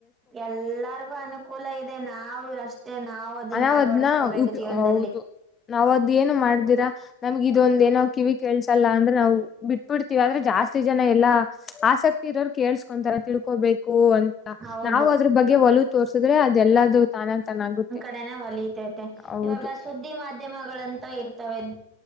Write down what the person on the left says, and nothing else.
ನಾವ್
ಅದ್ನ ಉಪ್
ಹೌದು ನಾವ್ ಅದ್ ಏನು ಮಾಡ್ದಿರಾ ನಮ್ಗ ಇದೊಂದ ಏನೋ ಕಿವಿ ಕೇಳ್ಸಲ್ಲ ಅಂದ್ರೆ ನಾವು ಬಿಟ್ಬಿಡ್ತಿವಿ ಆದ್ರೆ ಜಾಸ್ತಿ ಜನ ಎಲ್ಲಾ ಆಸಕ್ತಿ ಇರೋರು ಕೇಳ್ಸ್ಕೊಂತಾರ ತಿಳ್ಕೋಬೇಕು
ನಾವು ಅದ್ರ ಬಗ್ಗೆ ಒಲ ತೋರ್ಸಿದ್ರೆ ಅದೆಲ್ಲದುೂ ತಾನಾ ತಾನಾಗುತ್ತೆ
ಹೌದು